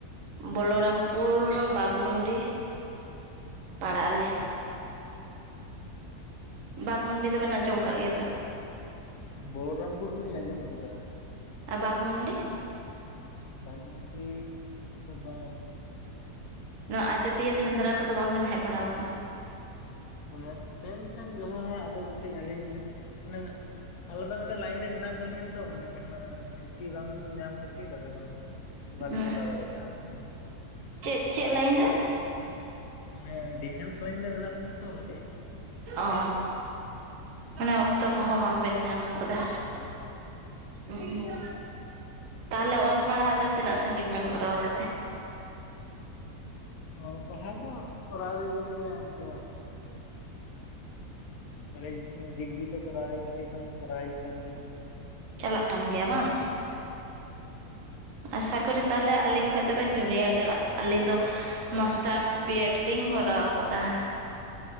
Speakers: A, on the right; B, on the left.
A: ᱵᱚᱞᱚᱨᱟᱢᱯᱩᱨ ᱵᱟᱜᱽᱢᱩᱱᱰᱤ- ᱯᱟᱲᱟᱜ ᱟᱞᱮ᱾ ᱵᱟᱜᱽᱢᱩᱱᱰᱤ ᱫᱚᱵᱮᱱ ᱟᱸᱡᱚᱢ ᱠᱟᱜ ᱜᱮᱭᱟ ᱛᱚ᱾
B: ᱵᱚᱞᱚᱨᱟᱢᱯᱩᱨ ᱫᱚᱞᱤᱧ ᱟᱸᱡᱚᱢ ᱟᱠᱟᱫᱟ᱾
A: ᱟᱨ ᱵᱟᱜᱽᱢᱩᱰᱤ?
B: ᱵᱟᱜᱽᱢᱩᱱᱰᱤ ᱫᱚ ᱵᱟᱝ᱾
A: ᱱᱚᱣᱟ ᱟᱡᱚᱫᱤᱭᱟᱹ ᱥᱮᱸᱫᱽᱨᱟ ᱠᱚᱫᱚ ᱵᱟᱢ ᱵᱮᱱ ᱦᱮᱡ ᱵᱟᱲᱟ ᱟᱠᱟᱱᱟ?
B: ᱢᱟᱱᱮ ᱥᱮᱱ ᱥᱮᱱ ᱡᱟᱦᱟᱸ ᱟᱫᱚ ᱠᱟᱹᱴᱤᱡ ᱟᱹᱞᱤᱧ ᱢᱟᱱᱮ- ᱟᱞᱮ ᱫᱚ ᱢᱤᱫᱴᱮᱱ ᱞᱟᱭᱤᱱ ᱨᱮ ᱢᱮᱱᱟᱜ ᱟᱠᱟ ᱞᱤᱧᱟ ᱛᱚ ᱚᱸᱰᱮ ᱠᱷᱚᱱᱟᱜ ᱪᱷᱩᱴᱤ ᱵᱟᱝ ᱧᱟᱢ ᱠᱷᱟᱹᱛᱤᱨ- ᱪᱮᱫ ᱟᱫᱚ ᱵᱟᱹᱞᱤᱧ
A: ᱦᱩᱸ
B: ᱪᱟᱞᱟᱣ ᱫᱟᱲᱮ ᱠᱟᱜᱼᱟ᱾
A: ᱪᱮᱫ ᱪᱮᱫ ᱞᱟᱭᱤᱱ ᱨᱮ?
B: ᱢᱟᱱᱮ ᱰᱤᱯᱷᱮᱱᱥ ᱞᱟᱭᱤᱱ ᱨᱮ ᱢᱮᱱᱟ ᱠᱟᱴᱤᱡ᱾
A: ᱚ ᱢᱟᱱᱮ ᱚᱠᱛᱚ ᱠᱚᱦᱚᱸ ᱵᱟᱢᱵᱮᱱ ᱧᱟᱢ ᱠᱟᱫᱟ᱾
B: ᱦᱳᱭ
A: ᱚ <unintelligible> ᱛᱟᱦᱚᱞᱮ ᱚᱞ ᱯᱟᱲᱦᱟᱜ ᱫᱚ ᱛᱤᱱᱟᱹᱜ ᱥᱟᱸᱜᱤᱧ ᱵᱮᱱ ᱠᱚᱨᱟᱣ ᱟᱠᱟᱫᱟ?
B: ᱦᱩ ᱚᱞ ᱯᱟᱲᱦᱟᱣ ᱫᱚ ᱠᱚᱨᱟᱣ ᱦᱩᱭ ᱠᱟᱱ ᱜᱮᱭᱟ ᱤᱱᱠᱟᱹ- ᱠᱚᱞᱮᱪ ᱰᱤᱜᱽᱨᱤ ᱫᱚ ᱠᱚᱨᱟᱣ ᱦᱩᱭ ᱟᱠᱟᱱ ᱜᱮᱭᱟ ᱠᱷᱟᱱ ᱠᱚᱨᱟᱣ ᱦᱩᱭᱩᱜ ᱠᱟᱱ ᱜᱮᱭᱟ᱾
A: ᱪᱟᱞᱟᱜ ᱠᱟᱱ ᱜᱮᱭᱟ ᱵᱟᱝ᱾
B: ᱦᱮᱸ
A: ᱟᱥᱟᱠᱚᱨᱮ ᱛᱟᱦᱚᱞᱮ ᱟᱹᱞᱤᱧ ᱠᱷᱚᱱ ᱫᱚᱵᱮᱱ ᱡᱩᱱᱭᱟᱨ ᱜᱮᱭᱟ ᱟᱹᱞᱤᱧ ᱫᱚ ᱢᱟ- ᱥᱴᱟᱨᱥ ᱵᱤᱭᱮᱰ ᱞᱤᱧ ᱠᱚᱨᱟᱣ ᱟᱠᱟᱫᱟ᱾
B: <inaudible>